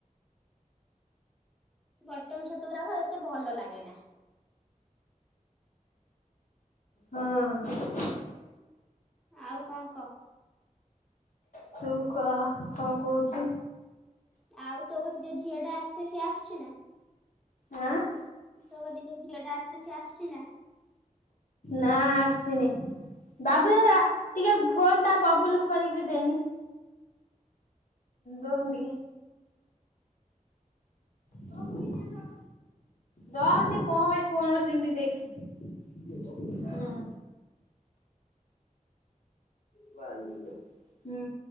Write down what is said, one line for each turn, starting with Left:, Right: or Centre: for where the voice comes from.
Centre: ବଟମ ଛତୁ ଗୁରାକ ଏତେ ଭଲ ଲାଗେ ନା।
Left: ହଁ।
Centre: ଆଉ କଣ କ।
Left: ତୁ କ କଂ କୋହୁଚି?
Centre: ଆଉ ତୋ କତି ଯୋଉ ଝିଅଟା ଆସେ ସିଏ ଆସୁଚି ନା?
Left: ଆଁ?
Centre: ତୋ କତି ଯୋଉ ଝିଅଟା ଆସେ ସେ ଆସଚି ନା?
Left: ନାଁ ଆସିନେଇ। ବାବୁ ଦାଦା ଟିକେ ଫୋନ୍ ଟା ବବୁଲୁକୁ କରିକି ଦେନି। ଦଉନ୍ ଟିକେ। ସବୁଦିନିଆ ତ ର‌ଅ ମ ସିଏ କଁ ପାଇଁ ଫୋନ୍ କଛି ମୁଁ ଟିଏ ଦେଖ୍ ହୁଁ। ହୁଁ।